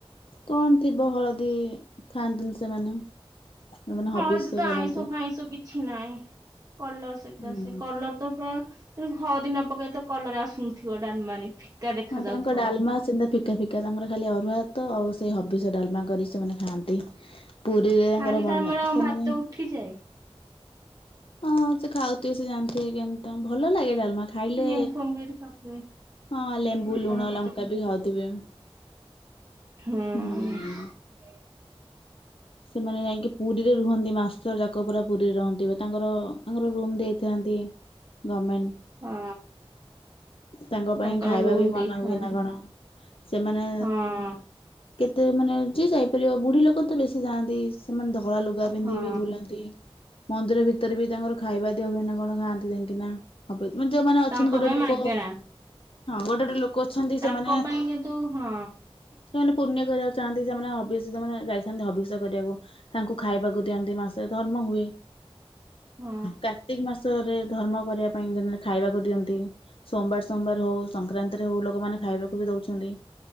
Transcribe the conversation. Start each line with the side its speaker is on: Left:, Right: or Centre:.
Left: କଅ ନ୍ତ ଶିବ ହଳଦି ଖାନ୍ତିନି। ସେମାନେ ଯୋଉମାନେ
Right: ହଁ
Left: ହବିଷ
Right: ହଳଦୀ
Left: ସେ
Right: ଆଇଁଷ
Left: କରନ୍ତି।
Right: ଫାଇଁଶ କିଛି ନାହିଁ। କଲର ସେକା
Left: ହୁଁ।
Right: ସେ କଲର ତ ପା ତେଣୁ ହଳଦୀ ନ ପକେଇଲେ ତ କଲର ଆସୁନଥିବ ଡାଲମାରେ। ଦେଖା
Left: ହଁ
Right: ଯାଉଥିବ
Left: ତାଙ୍କ ଡାଲମା ସେନ୍ତା ଫିକା ଫିକା। ତାଙ୍କର ଖାଲି ଅରୁଆ ହାତ ଆଉ ସେଇ ହବିଷ ଡାଲମା କରି ସେମାନେ ଖାଆନ୍ତି। ପୁରୀରେ ତାଙ୍କର
Right: ଖାଲି
Left: ବନ
Right: ଡାଲମାରେ ତାଙ୍କର
Left: ସେମାନେ
Right: ଭାତ ଉଠିଯାଏ।
Left: ହଁ ସେ ଖାଉଥିବେ ସେ ଜାଣିଥିବେ କେମତି ଭଲ ଲାଗେ ଡାଲମା ଖାଇଲେ
Right: ନେମ୍ବୁ ଫେମ୍ବୁ ଯଦି ଖାଉଥିବେ
Left: ହଁ ଲେମ୍ବୁ
Right: ଲଙ୍କା
Left: ଲୁଣ
Right: ଫଙ୍କା
Left: ଲଙ୍କା
Right: ଚକୁଟି
Left: ବି ଖାଉଥିବେ।
Right: ହଁ।
Left: ହୁଁ। ସେମାନେ ଯାଇକି ପୁରୀରେ ରୁହନ୍ତି ମାଷ୍ଟର ଯାକ ପୁରା ପୁରୀରେ ରହନ୍ତି ବା ତାଙ୍କର ତାଙ୍କର ରୁମ ଦେଇଥାନ୍ତି ଗମେଣ୍ଟ।
Right: ହଁ
Left: ତାଙ୍କ ପାଇଁ
Right: ତାଙ୍କର
Left: ଖାଇବା
Right: ରୁମ
Left: ବି ମନ
Right: ଦେଇଥାନ୍ତି
Left: ହୁଏ ନା କଣ। ସେମାନେ
Right: ହଁ
Left: କେତେ ମାନେ ଯ ଯାଇପାରିବ ବୁଢୀ ଲୋକ ତ ବେଶୀ ଯାଆନ୍ତି ସେମାନେ ଧଳା ଲୁଗା ପିନ୍ଧି
Right: ହଁ
Left: ବି ବୁଲନ୍ତି। ମନ୍ଦିର ଭିତରେ ବି ତାଙ୍କର ଖାଇବା ଦିଆ ହୁଏ ନା କଣ ଖାଆନ୍ତି ଯାଇକି ନା ହ ଯୋଉମାନେ ଅଛନ୍ତି
Right: ତାଙ୍କ
Left: ଗୋଟେ
Right: ପାଇଁ
Left: ଲୋକ
Right: ମାଗେଣା
Left: ହଁ ଗୋଟେ ଗୋଟେ ଲୋକ ଅଛନ୍ତି
Right: ତାଙ୍କ
Left: ସେମାନେ
Right: ପାଇଁ କିନ୍ତୁ ହଁ
Left: ସେମାନେ ପୂର୍ଣ୍ଣ କରିବାକୁ ଚାହାନ୍ତି ସେମାନେ ହବିଷମାନେ ଯାଇଥାନ୍ତି ହବି। କରିବାକୁ ତାଙ୍କୁ ଖାଇବାକୁ ଦିଅନ୍ତି ମାସରେ ଧର୍ମ ହୁଏ।
Right: ହଁ
Left: କାର୍ତ୍ତିକ ମାସରେ। ଧର୍ମ କରିବା ପାଇଁ ଖାଇବାକୁ ଦିଅନ୍ତି ସୋମବାର ସୋମବାର ହଉ ସଂକ୍ରାନ୍ତିରେ ହଉ ଲୋକମାନେ ଖାଇବାକୁ ବି ଦଉଛନ୍ତି।